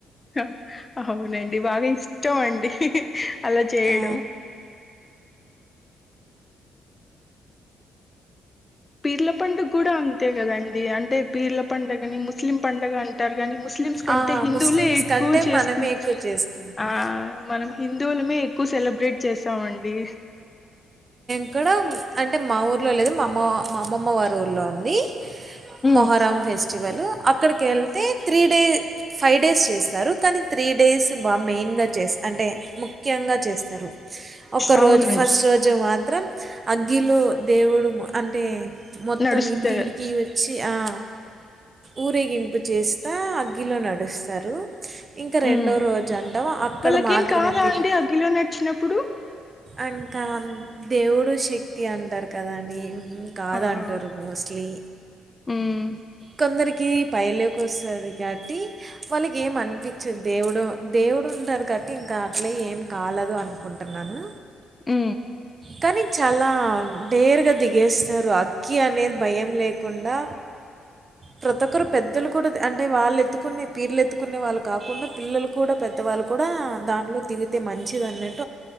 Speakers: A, on the left (about 20°); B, on the right (about 35°).
A: హ అవునండి బాగా ఇష్టం అండి అలా చేయడం
B: ఆ
A: పీర్ల పండుగ కూడా అంతే కదండి అంటే పీర్ల పండుగని ముస్లిం పండుగ అంటారు కానీ ముస్లిమ్స్ కంటే
B: ఆ,
A: హిందువులే
B: ముస్లిమ్స్
A: ఎక్కువ
B: కంటే
A: చేసుకుం
B: మనమే ఎక్కువ చేసుకుంటాం
A: ఆ మనం హిందువులమే ఎక్కువ సెలబ్రేట్ చేస్తామండి
B: ఇక్కడం అంటే మా ఊరు లో లేదు మా అమ్మ మా అమమ్మ వారి ఊళ్లో ఉంది
A: ఉమ్
B: మొహరాం ఫెస్టివల్ అక్కడికి ఏళ్తే త్రీ డేస్ ఫైవ్ డేస్ చేస్తారు కానీ త్రీ డేస్ బాగా మెయిన్గా చేస్త అంటే ముఖ్యంగా చేస్తారు ఒక
A: అవునండి
B: రోజు ఫస్ట్ రోజు మాత్రం అగ్గిలో దేవుడు అంటే మొత్తం
A: నడుస్తే
B: ఇంటింటికి వచ్చి ఆ ఊరేగింపు చేస్తా ఆగిలో నడుస్తారు ఇంకా
A: ఉమ్
B: రెండో రోజు అంటాం అక్కడ
A: వాళ్ళకేం
B: మాత్రమే
A: కాదా
B: పిరి
A: అండి అగ్గిలో నడిచినప్పుడు
B: అంక దేవుడు శక్తి అంటారు కదండి కాదంటారు
A: ఆహా
B: మోస్ట్లీ
A: ఉమ్
B: కొందర్ కి పైలోకి వస్తుంది కాబట్టి వాళ్ళకి ఏం అనిపించంది దేవుడు దేవుడు ఉంటారు గట్టి ఇంకా అట్లే ఏం కాలేదు అనుకుంటున్నాను
A: ఆ
B: కానీ చాలా డేర్గా దిగేస్తారు అగ్గి అనేది భయం లేకుండా ప్రతి ఒక్కరు పెద్దలు కూడా అంటే వాళ్ళు ఎత్తుకునే పీర్లు ఎత్తుకునే వాళ్ళు కాకుండా పిల్లలు కూడా పెద్ద దా వాళ్ళు కూడా దాంట్లో దిగితే మంచిదిన్నట్